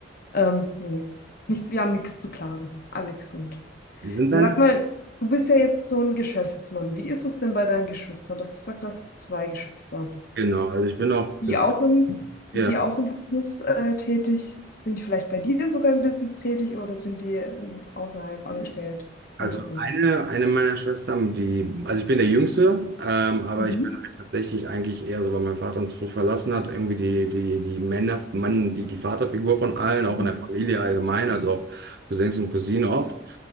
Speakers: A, on the left; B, on the right.
A: Ähm, nee, nicht, wir haben nichts zu klagen. Alle gesund.
B: Sind
A: Sag
B: deine?
A: mal, du bist ja jetzt so ein Geschäftsmann. Wie ist es denn bei deinen Geschwistern? Du hast gesagt, du hast zwei Geschwister.
B: Genau, also ich bin auch
A: die
B: das.
A: auch im,
B: Ja.
A: die auch im Business äh, tätig? Sind die vielleicht bei dir sogar im Business tätig oder sind die ähm, außerhalb angestellt?
B: Also
A: Und, und, und.
B: eine, eine meiner Schwestern, die, also ich bin der Jüngste, ähm, aber
A: Mhm.
B: ich bin halt tatsächlich eigentlich eher so, weil mein Vater uns früh verlassen hat, irgendwie die, die, die Männer, Mann, die, die Vaterfigur von allen, auch
A: Mhm.
B: in der Familie allgemein, also auch Cousins und Cousinen oft.